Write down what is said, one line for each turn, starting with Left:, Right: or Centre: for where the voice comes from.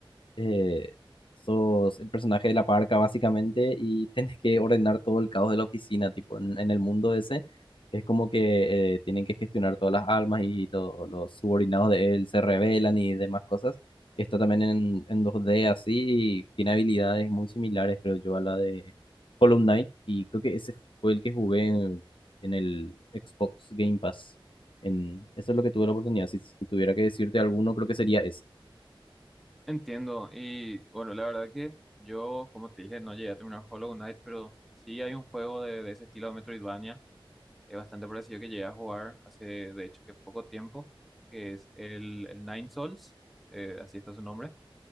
Left: eh, sos el personaje de la parca básicamente y <laughs> tenés que ordenar todo el caos de la oficina, tipo en, en el mundo ese es como que eh, tienen que gestionar todas las almas y todos los subordinados de él se rebelan y demás cosas. Está también en, en dos d así y tiene habilidades muy similares creo yo a la de Hollow Knight y creo que ese fue el que jugué en, en el Xbox Game Pass. En, eso es lo que tuve la oportunidad. Si, si tuviera que decirte alguno, creo que sería ese.
Centre: Entiendo, y bueno, la verdad que yo, como te dije, no llegué a terminar Hollow Knight, pero sí hay un juego de, de ese estilo de Metroidvania, es bastante parecido que llegué a jugar hace, de hecho, que poco tiempo, que es el, el Nine Souls, eh, así está su nombre.